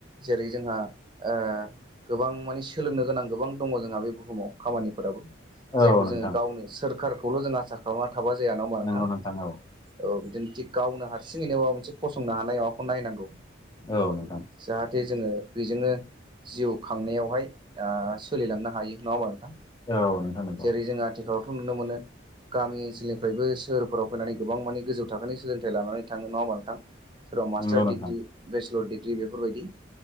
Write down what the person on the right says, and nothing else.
जेरै जोंहा ओ गोबां माने सोलोंनो गोनां गोबां दङ जोंहा बे बुहुमाव खामानिफोराबो
जायखौ
जोङो गावनो सोरखारखौल' जों आसा खालामना थाबा जाया नङा होनबा नोंथां
औ बिदिनो थिग गावनो हारसिङैनो माबा मोनसे फसंनो हानाय माबाखौ नायनांगौ
जाहाथे जोङो बेजोंनो जिउ खांनायावहाय ओ सोलिलांनो हायो नङा होनबा नोंथां
जेरै जों आथिखालावथ' नुनो मोनो गामि ओनसोलनिफ्रायबो सोहोरफोराव फैनानै गोबां माने गोजौ थाखोनि सोलोंथाइ लानानै थाङो नङा होमबा नोंथां? सोरबा मास्टार
डिग्रि, बेचलर डिग्रि बेफोरबायदि।